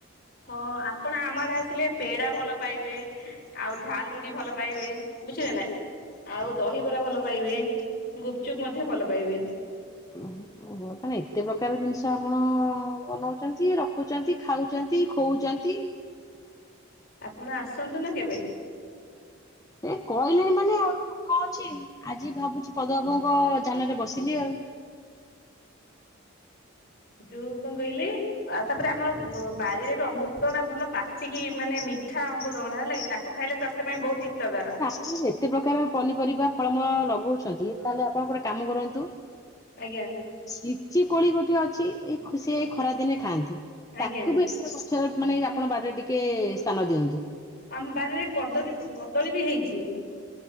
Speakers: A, on the left; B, on the left.
A: ହଁ ଆପଣ ଆମ ଆଡ଼େ ଆସିଲେ ପେଡା ଭଲ ପାଇବେ ଆଉ ଝାଲ ମୁଢ଼ି ଭଲ ପାଇବେ ବୁଝିଲେ ନା। ଆଉ ଦହିବରା ଭଲ ପାଇବେ ଗୁପଚୁପ୍ ମଧ୍ୟ ଭଲ ପାଇବେ।
B: ଓହୋ। ଓହୋ ତାଲେ ଏତେ ପ୍ରକାର ଜିନିଷ ଆପଣ ବନଉଛନ୍ତି ରଖୁଛନ୍ତି ଖାଉଛନ୍ତି ଖୁଉଛନ୍ତି?
A: ଆପଣ ଆସନ୍ତୁ ନା କେବେ?
B: ଏ କହିଲେଣି ମାନେ ଆଉ କଣ ଅଛି ଆଜି ଭାବୁଛି ପଦବାବୁଙ୍କ ଯାନରେ ବସିଲି ଆଉ।
A: ଯୋଉ କଣ କହିଲି ଆଉ ତାପରେ ଆମର ବାରରେ ବି ଅମୃ ତଭଣ୍ଡା ଭଲ ପାଚିକି ମାନେ ମିଠା ଅମୃତଭଣ୍ଡା ହେଲା କି ତାକୁ ଖାଇଲେ ସ୍ୱାସ୍ଥ୍ୟ ପାଇଁ ବହୁତ ହିତକର।
B: ମୁଁ କହିଲି ଏତେ ପ୍ରକାର ପନିପରିବା ଫଳମୂଳ ଲଗଉଛନ୍ତି ତାହେଲେ ଆପଣ ଗୋଟେ କାମ କରନ୍ତୁ?
A: ଆଜ୍ଞା
B: ଲିଚି କୋଳି ଗୋଟେ ଅଛି ଏଇ ସେ ଖରା ଦିନେ ଖାଆନ୍ତି?
A: ଆଜ୍ଞା
B: ତାକୁ ବି ଏ ପଛ ମାନେ ଆପଣ ବାରିରେ ଟିକେ ସ୍ଥାନ ଦିଅନ୍ତୁ?
A: ଆମ ବାରିରେ କଦରି କଦଳୀ ବି ହେଇଛି।